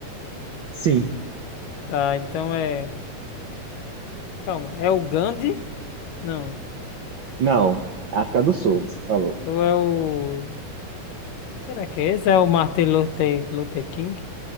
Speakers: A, on the right; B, on the left.
A: Sim,
B: Tá, então é. Calma, é o Gandhi? Não.
A: não, África do Sul, você falou.
B: Ou é o. Será que é esse? É o Martin Luther, Luther King?